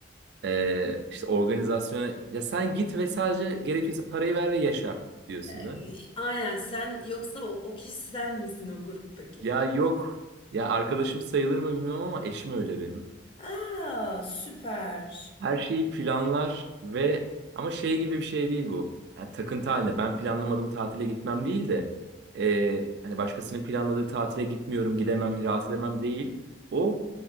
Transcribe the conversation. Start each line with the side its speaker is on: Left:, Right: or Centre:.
Right: Ee, işte organizasyona ya sen git ve sadece gerekiyorsa parayı ver ve yaşa diyorsun
Left: e,
Right: değil mi?
Left: aynen sen yoksa o, o kişi sen misin o gruptaki?
Right: Ya yok. Ya arkadaşım sayılır mı bilmem ama eşim öyle benim.
Left: Aa, süper.
Right: Her şeyi planlar ve ama şey gibi bir şey değil bu. Yani takıntı halinde ben planlamadım tatile gitmem değil de e, hani başkasının planladığı tatile gitmiyorum, gidemem, rahat edemem değil. O